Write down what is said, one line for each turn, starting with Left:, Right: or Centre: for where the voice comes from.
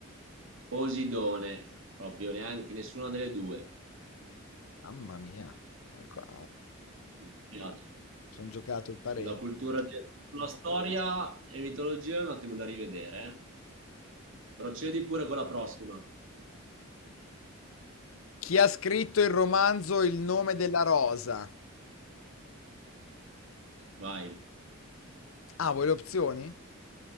Right: Posidone, proprio neanche nessuna delle due.
Left: Mamma mia, Eh, qua.
Right: Mi dispiace.
Left: sono giocato il pareggio.
Right: Sulla cultura, de- sulla storia e mitologia è un attimo da rivedere, eh. Procedi pure con la prossima.
Left: Chi ha scritto il romanzo Il nome della rosa?
Right: Vai,
Left: Ah, vuoi le opzioni?